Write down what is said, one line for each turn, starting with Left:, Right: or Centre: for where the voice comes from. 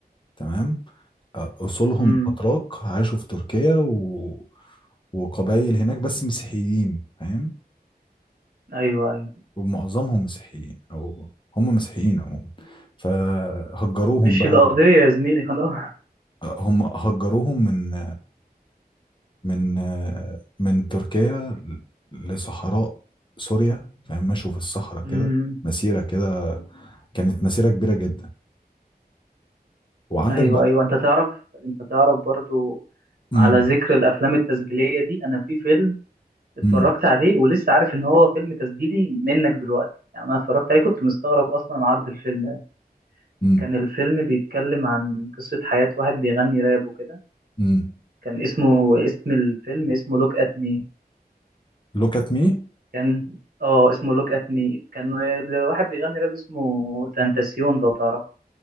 Left: تمام آه، أصولهم
Right: امم
Left: أتراك عاشوا في تركيا و... وقبائل هناك بس مسيحيين فاهم
Right: أيوه أيوه
Left: ومعظمهم مسيحيين او هم مسيحيين عموما فهجروهم
Right: مش
Left: بقى
Right: القضية يا زميلي خلاص
Left: هم هجروهم من من من تركيا لصحراء سوريا فاهم مشوا في الصحراء
Right: أمم،
Left: كده مسيرة كده كانت مسيرة كبيرة جدا وعندك
Right: أيوه
Left: مم. بقى
Right: أيوه أنت تعرف أنت تعرف برضو
Left: مم،
Right: على ذكر الأفلام التسجيلية دي أنا في فيلم اتفرجت
Left: مم،
Right: عليه ولسه عارف إن هو فيلم تسجيلي منك دلوقتي يعني أنا اتفرجت عليه كنت مستغرب أصلا عرض الفيلم ده
Left: مم،
Right: كان الفيلم بيتكلم عن قصة حياة واحد بيغني راب وكده
Left: مم.
Right: كان اسمه اسم الفيلم اسمه لوك أت مي
Left: look at me
Right: كان اه اسمه لوك أت مي كان الواحد بيغني راب اسمه تنتاسيون لو تعرف